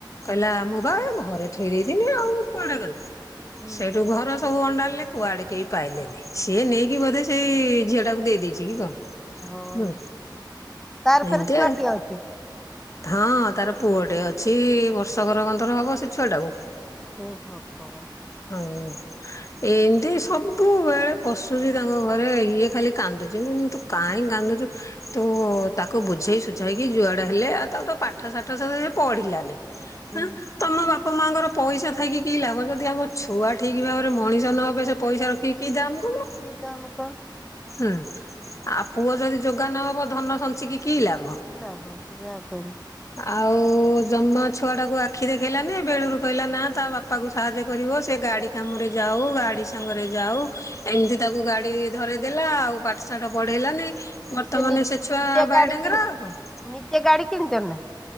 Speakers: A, on the left; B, in the centre.
A: କହିଲା ମୁଁ ବା ଘରେ ଥୋଇ ଦେଇଥିନି ଆଉ କୁଆଡେ ଗଲା।
B: ହୁଁ
A: ସେଇଠୁ ଘର ସବୁ ଅଣ୍ଡାଳିଲେ। କୁଆଡେ କେହି ପାଇଲେନି। ସିଏ ନେଇକି ବୋଧେ ସେଇ ଝିଅ ଟାକୁ ଦେଇ ଦେଇଚି କି କଣ।
B: ହଁ।
A: ହୁଁ
B: ତାର ଫେରେ
A: ଏମିତି
B: ଛୁଆ
A: ଆଉ
B: ପିଲା ଅଛି?
A: ହଁ ତାର ପୁଅ ଟେ ଅଛି। ବର୍ଷ କର କଣ ତର ହବ ସେ ଛୁଆ ଟାକୁ।
B: ହେ ଭଗବାନ!
A: <unintelligible> ଏନ୍ ତି ସବୁବେଳେ ପଶୁଚି ତାଙ୍କ ଘରେ, ଇଏ ଖାଲି କାନ୍ଦୁଚି। ମୁଁ କହିଲି ତୁ କାଇଁ କାନ୍ଦୁଚୁ। ତୁ ତାକୁ ବୁଝେଇ ସୁୁଝେଇକି ଯୁଆଡେ ହେଲେ ଆଉ ତାକୁ ତ ପାଠ ସାଠ ସବୁ ସେ ପଢିଲାନି।
B: ହଁ।
A: ତମ ବାପା ମାଙ୍କର ପଇସା ଥାଇକି କି ଲାଭ। ଯଦି ଆମ ଛୁଆ ଠିକ୍ ଭାବରେ ମଣିଷ ନହେବେ ସେ ପଇସା ରଖିକି କି ଦାମ୍ କହୁନୁ।
B: କି ଦାମ୍ କଣ?
A: ହୁଁ। ଆଉ ପୁଅ ଯଦି ଯୋଗା ନହବ ଧନ ସଞ୍ଚିକି କି ଲାଭ।
B: <unintelligible>
A: ଆଉ ଜମା ଛୁଆ ଟାକୁ ଆଖି ଦେଖେଇଲାନି ବେଳୁରୁ କହିଲା ନା ତା ବାପା କୁ ସାହାଯ୍ୟ କରିବ ସେ ଗାଡି କାମରେ ଯାଉ ଗାଡି ସାଙ୍ଗରେ ଯାଉ ଏମିତି ତାକୁ ଗାଡି ଧରେଇଦେଲା ଆଉ ପାଠ ସାଠ ପଢେଇଲାନି ବର୍ତ୍ତମାନେ
B: ନି
A: ସେ ଛୁଆ
B: ନିଜେ
A: ବାଇଡେଙ୍ଗେରା
B: ଗାଡି କିଣି
A: ଆଉ କଣ।
B: ନିଜେ ଗାଡି କିଣିଚନି ନା?